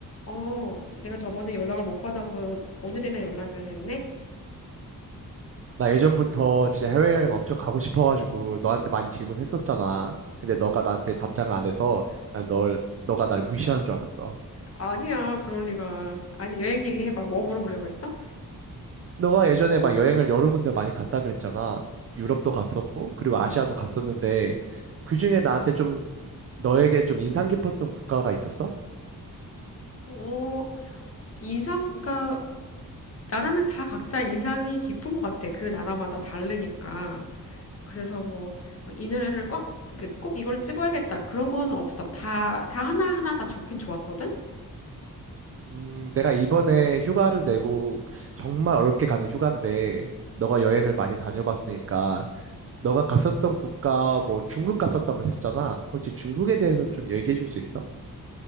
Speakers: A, on the left; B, on the right.
A: 어, 내가 저번에 연락을 못 받아서 오늘이나 연락을 했네?
B: 나 예전부터 진짜 해외여행 엄청 가고 싶어가지고 너한테 많이 질문했었잖아. 근데 너가 나한테 답장을 안 해서 난 널, 너가 날 무시하는 줄 알았어.
A: 아니야, 그럴 리가. 아니, 여행 얘기해봐. 뭐 물어보려고 했어?
B: 너가 예전에 막 여행을 여러 군데 많이 갔다 그랬잖아. 유럽도 갔었고, 그리고 아시아도 갔었는데, 그중에 나한테 좀, 너에게 좀 인상 깊었던 국가가 있었어?
A: 어, 인상, 그러니까, 나라는 다 각자 인상이 깊은 것 같아. 그 나라마다 다르니까. 그래서 뭐, 막이 노래를 꽉, 그꼭 이걸 찝어야겠다. 그런 건 없어. 다, 다 하나하나 다 좋긴 좋았거든?
B: 음, 내가 이번에 휴가를 내고 정말 어렵게 가는 휴가인데, 너가 여행을 많이 다녀봤으니까 너가 갔었던 국가, 뭐 중국 갔었다고 했었잖아. 혹시 중국에 대해서 좀 얘기해 줄 수 있어?